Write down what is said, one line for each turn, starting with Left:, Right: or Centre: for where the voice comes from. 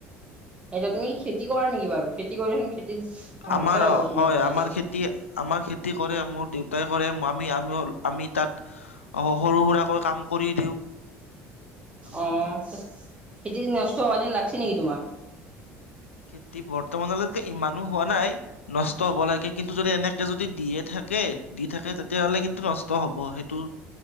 Right: এতিয়া তুমি খেতি কৰা নেকি বাৰু? খেতি কৰিলে চোন খেতিত <unintelligible>
Left: আমাৰ
Right: হ'বচোন
Left: হয়
Right: এনেকুৱাকে।
Left: <inaudible> আমাৰ খেতি আমাৰ খেতি কৰে। মোৰ দেউতাই কৰে। আমি-আমি-আমি তাত <unintelligible> অ সৰু সুৰাকৈ কাম কৰি দিওঁ। <unintelligible> আমাৰ
Right: অঁ! খেতি নষ্ট হোৱা যেন লাগিছে নেকি তোমাৰ? <unintelligible>
Left: খেতি বৰ্তমানলৈকে ইমানো হোৱা নাই। <unintelligible> নষ্ট হ'ব লাগে কিন্তু যদি এনেকে যদি দিয়ে থাকে দি থাকে তেতিয়া হ'লে কিন্তু নষ্ট হ'ব সেইটো